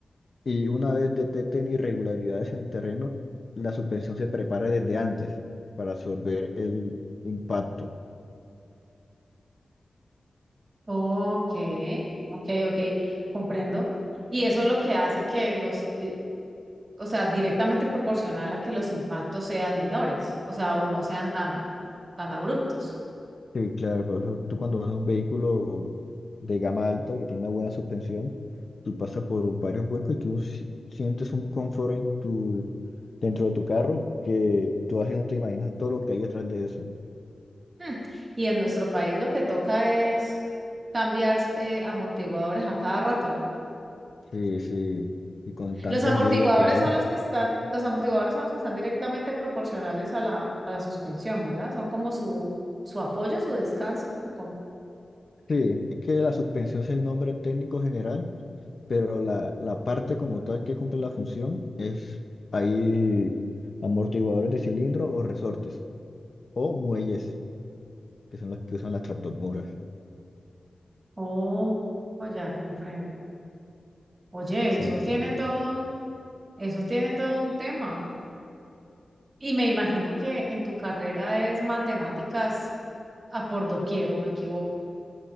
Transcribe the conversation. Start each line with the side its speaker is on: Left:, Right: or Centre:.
Left: y una vez detecten irregularidades en el terreno, la suspensión se prepara desde antes para absorber el impacto.
Right: Ok, ok, ok, comprendo. Y eso es lo que hace que los, eh, o sea, directamente proporcional a que los impactos sean menores, o sea, o no sean tan, tan abruptos.
Left: Sí, claro, por eso tú cuando vas en un vehículo de gama alta que tiene una buena suspensión, tú pasas por varios huecos y tú si- sientes un confort en tu, dentro de tu carro que tú así no te imaginas todo lo que hay detrás de eso.
Right: Hmm, Y en nuestro país lo que toca es cambiar eh, amortiguadores a cada rato, ¿no?
Left: Sí, sí, y con tanta
Right: Los amortiguadores
Left: lluvia que hay.
Right: son los que están, los amortiguadores son los que están directamente proporcionales a la, a la suspensión, ¿verdad? Son como su, su apoyo, su descanso, o como,
Left: Sí, es que la suspensión es el nombre técnico general, pero la, la parte como tal que cumple la función es ahí amortiguadores de cilindro o resortes o muelles, que son los que usan las tractomulas.
Right: oh, oh, ya comprendo. Oye,
Left: Sí,
Right: eso
Left: así
Right: tiene
Left: es. así
Right: todo,
Left: es.
Right: un- eso tiene todo un tema. Y me imagino que en tu carrera es matemáticas a por doquier, ¿o me equivoco?